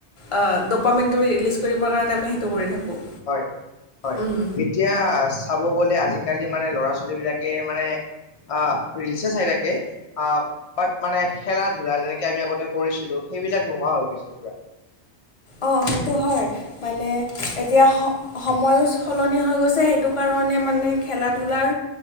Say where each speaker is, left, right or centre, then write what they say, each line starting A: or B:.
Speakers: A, on the left; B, on the left.
A: আ দব পামেণ্টৰি লিষ্ট কৰিবৰ কাৰণে আমি সেইটো কৰি থাকোঁ।
B: হয় হয়
A: উম
B: এতিয়া চাব গ'লে আজি-কালি মানে ল'ৰা ছোৱালীবিলাক কে মানে আ ৰিলছে চাই থাকে আহ বাট মানে খেলা-ধূলা যেনেকে আমি আগতে কৰিছিলো সেইবিলাক নোহোৱা হৈ গৈছে পুৰা।
A: অ সেইটো হয়। মানে এতিয়া স সময়ো সলনি হৈ গৈছে সেইটো কাৰণে মানে খেলাত ধূলাৰ